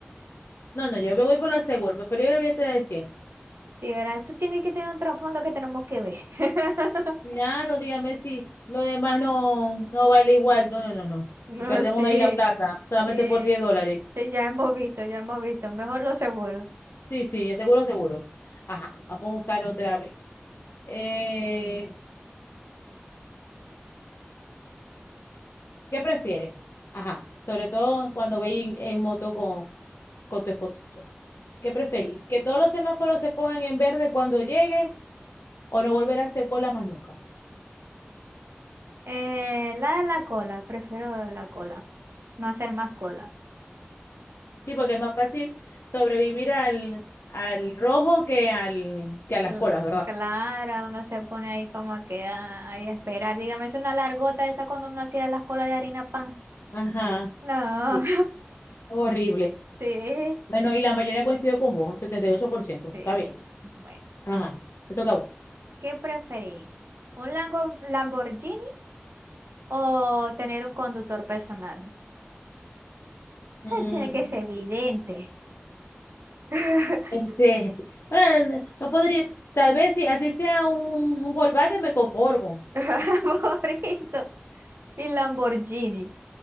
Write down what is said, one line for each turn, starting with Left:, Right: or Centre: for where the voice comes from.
Left: No, no, yo me voy por lo seguro. Preferible billete de 100.
Right: Sí, ¿verdad? Eso tiene que tener un trasfondo que tenemos que ver. <laughs>
Left: Claro, dígame si lo demás no, no vale igual. No, no, no, no.
Right: No,
Left: Y perdemos
Right: sí.
Left: ahí la plata solamente
Right: Sí.
Left: por 10 dólares.
Right: Sí, ya hemos visto, ya hemos visto. Mejor lo seguro.
Left: Sí, sí, seguro, seguro. Ajá, vamos a buscar otra vez. Eh, ¿Qué prefieres? Ajá, sobre todo cuando veis en, en moto con, con tu esposito. ¿Qué preferís? ¿Que todos los semáforos se pongan en verde cuando llegues o no volver a hacer cola más nunca?
Right: Eh, la de la cola. Prefiero la cola. No hacer más cola.
Left: Sí, porque es más fácil sobrevivir al, al rojo que, al, que a las
Right: Cla-
Left: colas, ¿verdad?
Right: Claro, uno se pone ahí como que ay, a esperar. Dígame, es una largota esa cuando uno hacía las colas de harina pan.
Left: Ajá,
Right: No,
Left: sí, horrible.
Right: <laughs> sí,
Left: Bueno, y la mayoría coincidió con vos, 78%,
Right: sí.
Left: está bien.
Right: Bueno,
Left: Ajá, te toca a vos.
Right: ¿qué preferí? ¿Un lango- Lamborghini o tener un conductor personal?
Left: Mm,
Right: Eh, Tiene que ser evidente. <laughs>
Left: Este, bueno, no podría, tal vez si así sea un, un Volkswagen me conformo.
Right: Por eso, y Lamborghini.